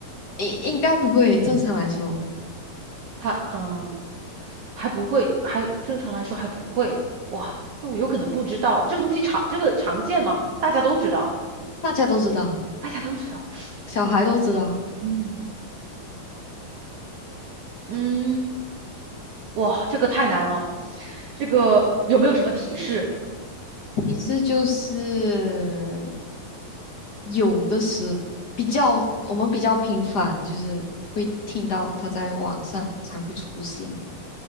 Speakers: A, on the left; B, on the right.
A: 应应该不会。正常来说，
B: 他嗯、呃还不会，还正常来说还不会。哇，那我有可能不知道这个东西常这个常见吗？大家都知道，
A: 大家都知道，
B: 大家都知道。
A: 小孩都知道。
B: 嗯嗯，哇，这个太难了。这个有没有什么提示？
A: 提示就是有的时比较，我们比较频繁，就是会听到他在网上才会出现，